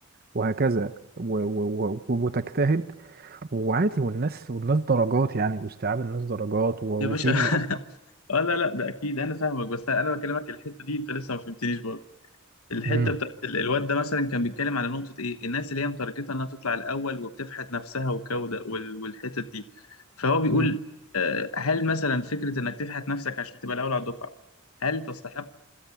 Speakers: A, on the right; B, on the left.
A: وهكذا و... و... و... وتجتهد وعادي والناس والناس درجات يعني واستيعاب الناس درجات و-
B: يا باشا
A: وفي اللي اصلا
B: <laughs> اه لا لا ده اكيد انا فاهمك بس انا بكلمك الحته دي انت لسه ما فهمتنيش برضه الحته
A: امم
B: بتاعت ال- الواد ده مثلا كان بيتكلم على نقطه ايه الناس اللي هي متارجته انها تطلع الاول وبتفحت نفسها وكوده وال- والحتت دي فهو بيقول
A: امم
B: آه، هل مثلا فكره انك تفحت نفسك عشان تبقى الاول على الدفعه هل تستحق